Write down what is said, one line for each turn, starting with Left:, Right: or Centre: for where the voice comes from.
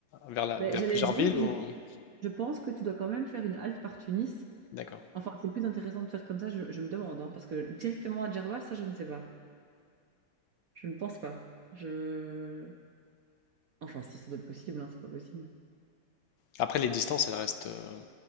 Left: vers la,
Right: ben,
Left: vers
Right: j'allais
Left: plusieurs
Right: le dire,
Left: villes
Right: je,
Left: ou...
Right: je pense que tu dois quand même faire une halte par Tunis.
Left: D'accord.
Right: Enfin, c'est plus intéressant de faire comme ça, je, je me demande, hein, parce que directement à Djerba, ça je ne sais pas. Je ne pense pas. Je... Enfin, si ça doit être possible, hein, c'est pas possible.
Left: Après, les distances, elles restent euh,